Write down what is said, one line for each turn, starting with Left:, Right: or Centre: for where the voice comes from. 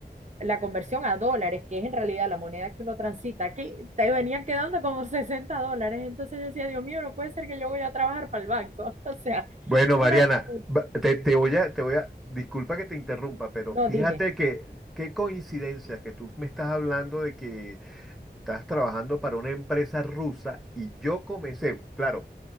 Right: la conversión a dólares, que es en realidad la moneda que uno transita aquí, te venían quedando como 60 dólares. Entonces yo decía, Dios mío, no puede ser que yo voy a trabajar para el banco. <laughs> O sea,
Centre: Bueno,
Right: es
Centre: Mariana,
Right: una locura.
Centre: va- te, te voy a, te voy a, disculpa que te interrumpa, pero
Right: No,
Centre: fíjate
Right: dime.
Centre: que qué coincidencia que tú me estás hablando de que estás trabajando para una empresa rusa y yo comencé, claro,